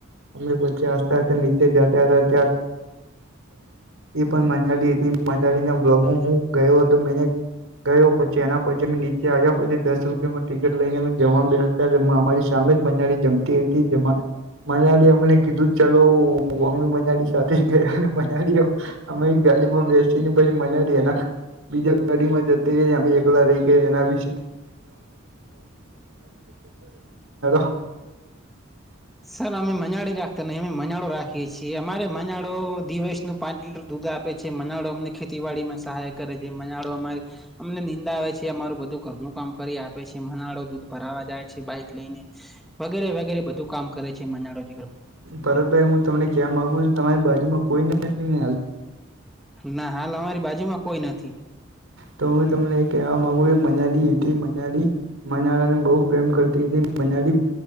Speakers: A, on the right (about 85°); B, in the centre.
A: અમે પછી આસ્તે આસ્તે નીચે જતા હતા ત્યાં એ પણ મંડાળી હતી મંડાળીના વલોગમાં હું ગયો હતો મેને ગયો પછી એના પછી મેં ની આવ્યા પછી દસ રૂપિયામાં ટિકિટ લઈને અમે જમવા બેસી અમારી સામે જ બંને જમતી હતી જમવા મનાડી અમને કીધું ચલો અમે મનાડી સાથે ગયા મનાડીએ અમે એક ગાડીમાં બેસી ને પછી મનાડી એના બીજા ગાડી માં જતી રહી અમે એકલા રહી ગયા એ નાવી <unintelligible>
B: સર અમે મનાડી રાખતા નહી અમે મનાડો રાખીએ છીએ અમારે મનાડો દિવસ નું પાંચ લીટર દૂધ આપે છે મનાડો અમને ખેતીવાડીમાં સહાય કરે છે મનાડો અમારી અમને નિંદા આવે છે. અમારું બધું ઘરનું કામ કરી આપે છે. મનાળો દૂધ ભરાવા જાય છે. બાઈક લઈને વગેરે વગેરે બધું કામ કરે છે મનાડો
A: ભરતભાઈ હું તમને કહેવા માગુ છું તમારી બાજુમાં કોઈ નથી ને હાલ
B: ના હાલ અમારી બાજુમાં કોઈ નથી.
A: તો હું તમને કહેવા માંગુ કે મનાલી ટી મનાલી મનાળા ને બહુ પ્રેમ કરતી હતી મનાલી